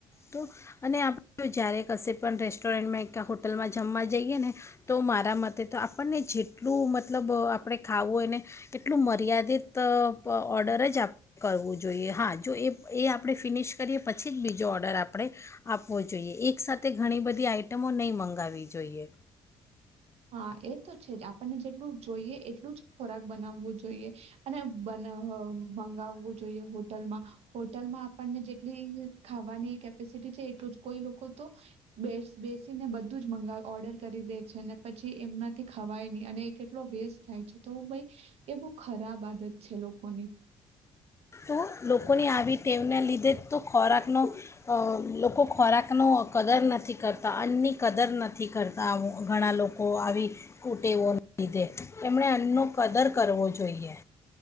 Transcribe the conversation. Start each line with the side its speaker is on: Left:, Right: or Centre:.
Left: તો અને આપણે જ્યારે કશે પણ રેસ્ટોરન્ટમાં હોટલમાં જમવા જઈએ ને તો મારા મતે તો આપણને જેટલું મતલબ આપણે ખાવું હોય ને એટલું મર્યાદિત ઓર્ડર જ આપણે કરવું જોઈએ હા જો એ એ આપણે ફિનિશ કરીએ પછી જ બીજો ઓર્ડર ઓર્ડર આપણે આપવો જોઈએ એક સાથે ઘણી બધી <unintelligible> નહીં મંગાવવી જોઈએ.
Right: હા એ તો છે, જ આપણને જેટલું જોઈએ એટલું જ ખોરાક બનાવવું જોઈએ અને બ મંગાવવું જોઈએ હોટલમાં હોટલમાં આપણને જેટલી ખાવાની કેપેસિટી છે, એટલું જ કોઈ લોકો તો <unintelligible> બેસીને બધું જ <unintelligible> ઓર્ડર કરી દે છે. પછી એમનાથી ખવાય નહી અને એ કેટલો વેસ્ટ થાય છે, તો ભાઈ એ બહ ખરાબ આદત છે, લોકોની.
Left: તો લોકોની આવી ટેવને લીધે તો ખોરાકનો લોકો ખોરાકનો કદર નથી કરતા અન્નની કદર નથી કરતા ઘણા લોકો આવી કુટેવોના લીધે એણે અન્નનો કદર કરવો જોઈએ.